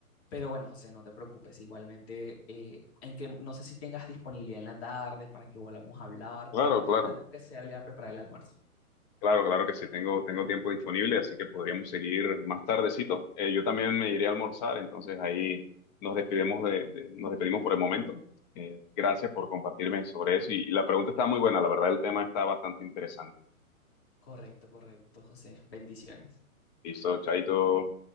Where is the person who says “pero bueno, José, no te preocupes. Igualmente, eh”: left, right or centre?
Left